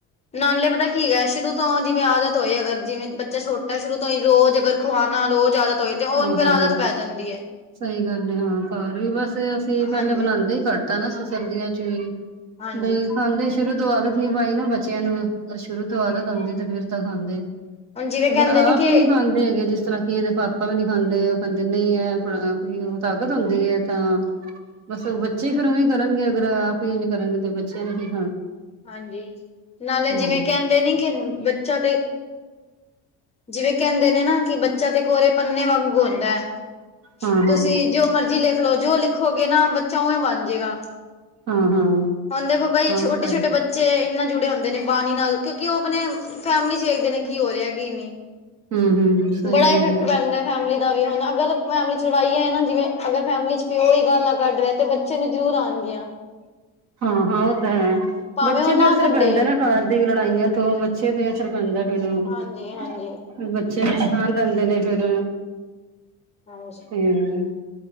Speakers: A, on the left (about 20°); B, on the right (about 50°).
A: ਨਾਲੇ ਪਤਾ ਕੀ ਹੈਗਾ ਸ਼ੁਰੂ ਤੋਂ ਜਿਵੇਂ ਆਦਤ ਹੋਏ ਅਗਰ ਜਿਵੇਂ ਬੱਚਾ ਛੋਟਾ ਸ਼ੁਰੂ ਤੋਂ ਹੀ ਰੋਜ਼ ਅਗਰ ਖੁਵਾਣਾ ਰੋਜ਼ ਆਦਤ ਹੋਏ ਤੇ ਉਹੂੰ
B: ਹਾਂ
A: ਫੇਰ
B: ਹਾਂ
A: ਆਦਤ
B: ਹਾਂ।
A: ਪੈ ਜਾਂਦੀ ਏ।
B: ਸਹੀ ਗੱਲ ਏ ਹਾਂ, ਘਰ ਵੀ ਬਸ ਅਸੀਂ ਪਹਿਲੇ
A: ਹਾਂਜੀ
B: ਬਣਾਉਦੇ ਹੀ ਘਟ ਨਾ ਸ ਸਰਦੀਆਂ ਚ ਵੀ,
A: ਹਾਂਜੀ
B: ਬਈ ਖਾਂਦੇ ਸ਼ੁਰੂ ਤੋਂ ਆਦਤ ਨੀ ਪਾਈ ਨਾ ਬੱਚਿਆਂ ਨੂੰ ਅਰ ਸ਼ੁਰੂ ਤੋਂ ਆਦਤ ਆਉਂਦੀ ਤੇ ਫੇਰ ਤਾਂ ਖਾਂਦੇ।
A: ਹੁਣ ਜਿਵੇਂ
B: ਅਗਰ
A: ਕਹਿੰਦੇ
B: ਆਪ
A: ਨੀ ਕਿ
B: ਹੀ ਨਹੀਂ ਖਾਂਦੇ ਹੈਗੇ ਜਿਸ ਤਰ੍ਹਾਂ ਕਿ ਇਹਦੇ ਪਾਪ ਆਪਾ ਵੀ ਨਹੀਂ ਖਾਂਦੇ ਉਹ ਖਾਂਦੇ ਨਹੀਂ ਹੈ ਕੋਈ ਉਹ ਤਾਕਤ ਹੁੰਦੀ ਹੈ ਤਾਂ ਬਸ ਉਹ ਬੱਚੇ ਹੀ ਫੇਰ ਉ ਹੀ ਕਰਨਗੇ ਅਗਰ ਆਪ ਹੀ ਇੰਜ ਕਰਨਗੇ ਤਾਂ ਬੱਚਿਆਂ ਨੂੰ ਹੀ
A: ਹਾਂਜੀ, ਨਾਲੇ
B: ਹਮ
A: ਜਿਵੇਂ ਕਹਿੰਦੇ ਨੀ ਕਿ ਬਚ੍ ਬੱਚਾ ਤੇ, ਜਿਵੇਂ ਕਹਿੰਦੇ ਨੇ ਨਾ ਕਿ ਬੱਚ ਬੱਚਾ ਤੇ ਕੋਰੇ ਪੰਨੇ ਵਾਂਗੂ ਹੁੰਦਾ ਹੈ
B: ਹਾਂ ਹਾਂ
A: ਤੁਸੀਂ ਜੋ ਮਰਜੀ ਲੈਖ ਖਲੋ ਜੋ ਲਿਖੋਗੇ ਨਾ ਬੱਚਾ ਉਵੇਂ ਬਣ ਜੇਗਾ।
B: ਹਾਂ ਹਾਂ। ਹਾਂ
A: ਹੁਣ ਦੇਖੋ ਕਈ ਛੋਟੇ
B: ਉਹ ਤਾਂ
A: ਛੋਟੇ ਬੱਚੇ ਇਨਾ ਜੁੜੇ ਹੁੰਦੇ ਨੇ ਬਾਣੀ ਨਾਲ ਕਿਉਂਕਿ ਉਹ ਆਪਣੇ ਫੈਮਿਲੀ ਚਾਹੀਦੇ ਕੀ ਹੋ ਰਿਹਾ ਕੀ ਨਹੀਂ।
B: ਹਮ ਹਮ ਸਹੀ
A: ਬੜਾ
B: ਗੱਲ
A: ਇਫੈਕਟ
B: ਹੈ
A: ਪੈਂਦਾ ਫੈਮਲੀ ਦਾ ਵੀ ਹੁਣ ਅਗਰ ਫੈਮਲੀ ਚੜਾਈ ਹੈ ਨਾ ਜਿਵੇਂ ਅਗਰ ਫੈਮਲੀ ਚ ਪਿਓ ਹੀ ਗਾਲ ਕੱਢ ਰਿਹਾ ਤੇ ਬੱਚੇ ਨੂੰ ਜਰੂਰ ਆਉਣਗੀਆਂ।
B: ਹਾਂ ਹਾਂ ਉਹ ਤਾਂ ਹੈ
A: ਭਾਵੇਂ
B: ਬੱਚੇ
A: ਉਹ
B: ਤੇ
A: ਨਾ
B: ਅਸਰ
A: ਕੱਢੇ
B: ਪੈਂਦਾ ਨਾ ਘਰ ਦੀ ਲੜਾਈਆਂ ਤੋਂ ਬੱਚੇ ਤੇ ਪਥਰ ਪੈਂਦਾ ਫਿਰ
A: ਹਾਂਜੀ ਹਾਂਜੀ
B: ਬੱਚੇ ਨੂੰਾਨ ਰੈਂਦੇ ਨੇ ਫਿਰ
A: ਹਾਂਜੀ
B: ਹਮ।